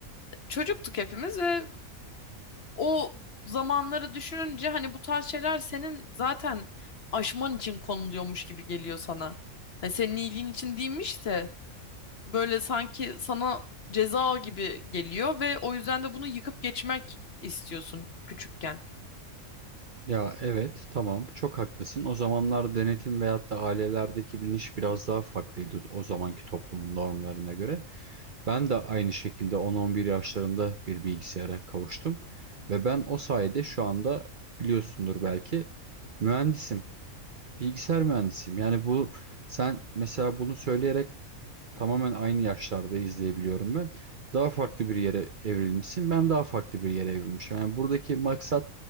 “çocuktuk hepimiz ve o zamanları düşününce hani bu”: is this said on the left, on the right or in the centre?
Left